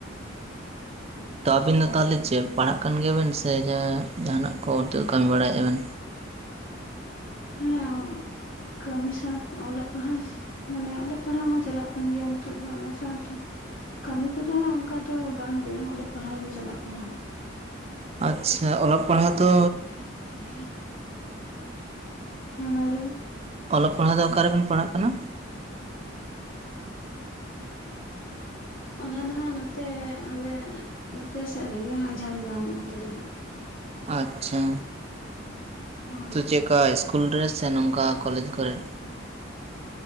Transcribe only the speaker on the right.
ᱛᱚ ᱟᱵᱤᱱ ᱫᱚ ᱛᱟᱦᱚᱞᱮ ᱪᱮᱫ ᱯᱟᱲᱦᱟᱣᱜ ᱠᱟᱱ ᱜᱮᱭᱟᱵᱤᱱ ᱥᱮ ᱡᱟᱦᱟᱱᱟᱜ ᱠᱚ ᱠᱟᱹᱢᱤ ᱵᱟᱲᱟᱭᱮᱫᱼᱟ ᱵᱤᱱ
ᱟᱪᱷᱟ ᱚᱞᱚᱜ ᱯᱟᱲᱦᱟᱣ ᱛᱚ
ᱚᱞᱚᱜ ᱯᱟᱲᱦᱟᱣ ᱫᱚ ᱚᱠᱟ ᱨᱮᱵᱤᱱ ᱯᱟᱲᱦᱟᱜ ᱠᱟᱱᱟ
ᱟᱪᱷᱟ
ᱛᱚ ᱪᱮᱫ ᱞᱮᱠᱟ ᱤᱥᱠᱩᱞ ᱨᱮ ᱥᱮ ᱱᱚᱝᱠᱟ ᱠᱚᱞᱮᱡᱽ ᱠᱚᱨᱮ